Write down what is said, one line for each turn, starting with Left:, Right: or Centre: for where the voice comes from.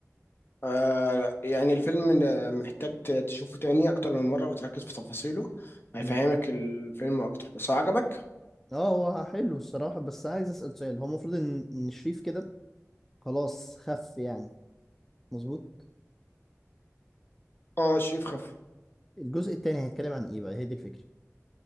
Left: آه لا، يعني الفيلم ده محتاج ت- تشوفه تاني اكتر من مره وتركز في تفاصيله هيفهمك
Centre: امم
Left: الفيلم اكتر بس هو عجبك
Centre: اه هو حلو الصراحة بس عايز اسأل سؤال هو المفروض ان إن شريف كده خلاص خف يعني مظبوط
Left: اه شريف خف
Centre: الجزء التاني هيتكلم عن ايه بقى هي دي الفكرة